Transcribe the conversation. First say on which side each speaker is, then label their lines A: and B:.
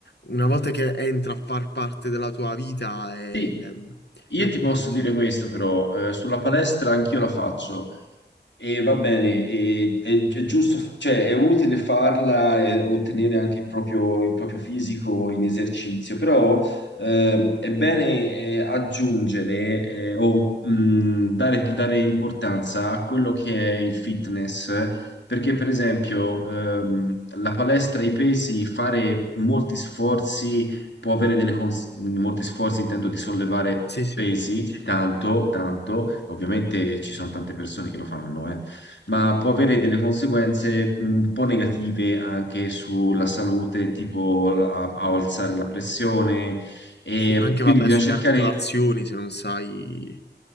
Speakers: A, on the left; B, on the left.
A: una volta che entra a far parte della tua vita è,
B: sì.
A: ehm,
B: Io
A: è un
B: ti
A: po'
B: posso
A: così.
B: dire questo però, eh, sulla palestra anch'io la faccio e va bene, e- è, è giusto, cioè è utile farla e ottenere anche il proprio, il proprio fisico in esercizio, però ehm, è bene eh, aggiungere eh, o mh, dare, dare importanza a quello che è il fitness, perché per esempio ehm, la palestra, i pesi, fare molti sforzi può avere delle cons- molti sforzi, intendo di sollevare
A: Sì, sì.
B: pesi, tanto, tanto, ovviamente ci sono tante persone che lo fanno, eh, ma può avere delle conseguenze un po' negative anche sulla salute, tipo a, a alzare la pressione, e
A: Sì, anche
B: quindi
A: vabbè
B: bisogna
A: sulle
B: cercare
A: articolazioni se non sai,